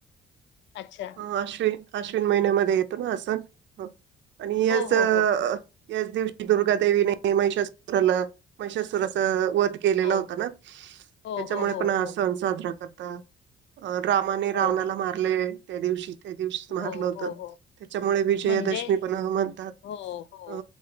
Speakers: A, on the left; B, on the right.
A: अच्छा
B: अ आश्विन आश्विन महिन्यामध्ये येत ना असं आणि याच
A: हो हो हो
B: याच दिवशी दुर्गा देेवीने म्हैशासूरला म्हैशासूर अस वध केलेला
A: हो
B: होता ना त्याच्यामुळे
A: हो हो
B: पण
A: हो
B: साजरा कता <unintelligible> रामाने रावणाला
A: हो
B: मार त्या दिवशी त्या दिवसी मारलं
A: हो हो
B: होतं
A: हो हो
B: त्याच्यामुळे विजयादशमी
A: म्हणजे
B: पण म्हणतात.
A: हो हो
B: अ